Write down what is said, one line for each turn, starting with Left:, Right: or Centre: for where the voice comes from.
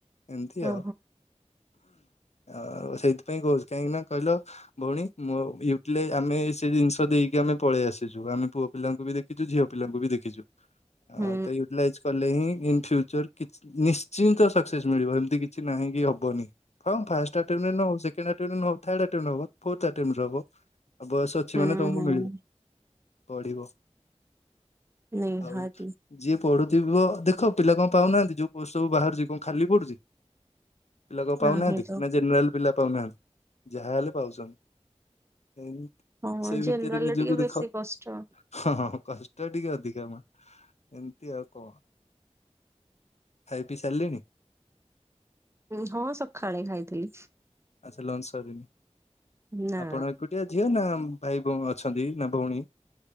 Left: ଏମିତି
Right: ଓହୋ
Left: ଆଉ ଆଉ ସେଇଥିପାଇଁ କହୁଛି କାହିଁକି ନା କହିଲ ଭଉଣୀ ମୋ ୟୁଟିଲାଇଜ ଆମେ ସେ ଜିନିଷ ଦେଇକି ଆମେ ପଳେଇ ଆସିଛୁ ଆମେ ପୁଅ ପିଲାଙ୍କୁ ବି ଦେ ଖିଛୁ ଝିଅ ପିଲାଙ୍କୁ ବି ଦେଖିଛୁ ଆଉ
Right: ହୁଁ
Left: ତ ୟୁଟିଲାଇଜ କଲେ ହିଁ ଇନ୍ ଫ୍ୟୁଚର ନିଶ୍ଚିନ୍ତ ସକ୍ସେସ୍ ମିଳିବ ଏମିତି କିଛି ନାହିଁକି କି ହବନି କଣ ଫାଷ୍ଟ ଆଟେମଣ୍ଟରେ ନ ହୁଁ ସେକ ଣ୍ଡ ଆଟେଣ୍ଟ ରେ ନ ହଉ ଥାର୍ଡ ଆଟେଣ୍ଟ ରେ ହବ ବୟସ ଅଛି
Right: ହୁଁ
Left: ମାନେ ତମକୁ ମିଳିବ। ପଢ଼ିବ
Right: ନିହାତି
Left: ଆଉ ଯିଏ ପଢ଼ୁଥିବା ଦେଖ ପିଲା କଣ ପାଉନାହାନ୍ତି, ଯୋଉ ପୋଷ୍ଟ ସବୁ ବାହାରୁଛି କଣ ଖାଲି ପଡ଼ୁଚି? ପିଲା କଣ ପାଉନାହାନ୍ତି?
Right: ନାହିଁ ତ
Left: ନା ଜେନେରାଲ ପିଲା ପାଉନାହାନ୍ତି? ଯାହା ହେଲେ ପାଉଛନ୍ତି।
Right: ହଁ
Left: ସେଇ ଭିତରେ
Right: ଜେନେରାଲରେ
Left: ନିଜକୁ
Right: ଟିକେ
Left: ଦେଖ
Right: ବେଶୀ କଷ୍ଟ।
Left: ହଁ କଷ୍ଟ ଟିକେ ଅଧିକା ମା ଏମତି ଆଉ କଣ। ଖାଇ ପିଇ ସାରିଲେନି?
Right: ଉଁ ହଁ ସକାଳେ ଖାଇଥିଲି।
Left: ଆଚ୍ଛା ଲଞ୍ଚ ସରିନି,
Right: ନା
Left: ଆପଣ ଏକୁଟିଆ ଝିଅ ନା ଭାଇଭଉ ଅଛନ୍ତି ନା ଭଉଣୀ?